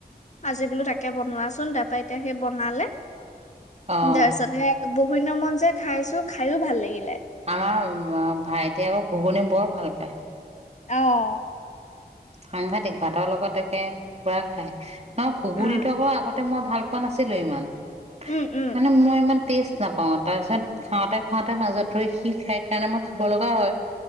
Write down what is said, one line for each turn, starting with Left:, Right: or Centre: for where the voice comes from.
Left: আজি বোলো তাকে বনোৱা চোন তাৰাপা এতিয়া সেই বনালে
Right: অ', অ',
Left: তাৰ পিছত হে বহুত দিনৰ মূৰত যে খাইছো খাইও ভাল লাগিলে
Right: আমাৰ ভাইটি আকৌ ঘুগুনি বৰ ভাল পায়
Left: আহ
Right: সাংঘাতিক ভাতৰ লগত একে খোৱা খাই ন ঘুগুৰিটো
Left: অ
Right: আকৌ আগতে মই ভাল পোৱা নাছিলো ইমান
Left: উম উম
Right: মানে মই ইমান টেষ্ট নাপাওঁ তাৰ পিছত খাওঁতে খাওঁতে মাজত ধৰি সি খাই কাৰণে মই খাব লগা হয়